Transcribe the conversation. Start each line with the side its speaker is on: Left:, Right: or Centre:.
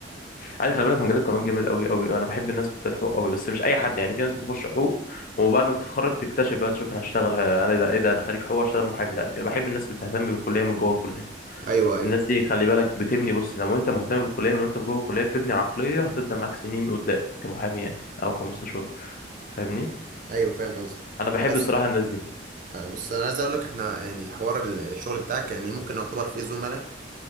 Left: عادي خلي بالك مجال القانون جامد قوي قوي انا بحب الناس بتاعت حقوق قوي بس مش اي حد يعني في ناس بتخش حقوق وبعد ما تتخرج تكتشف بقى تشوف انا هشتغل انا إيه ده ايه ده انا خريج حقوق اشتغل محامي لا في بحب الناس اللي بتهتم بالكليه من جوه الكليه
Right: ايوه ايوه
Left: الناس دي خلي بالك بتبني بص لو انت مهتم بالكليه من وانت في جوه الكليه بتبني عقليه هتفضل معاك سنين قدام كمحامي يعني او كمستشار فاهمني
Right: ايوه فاهم قصدك
Left: انا بحب
Right: بس
Left: الصراحه الناس دي
Right: آه، بص انا عايز اقول لك احنا يعني حوار ال- الشغل بتاعك يعني ممكن نعتبر فيه زملاء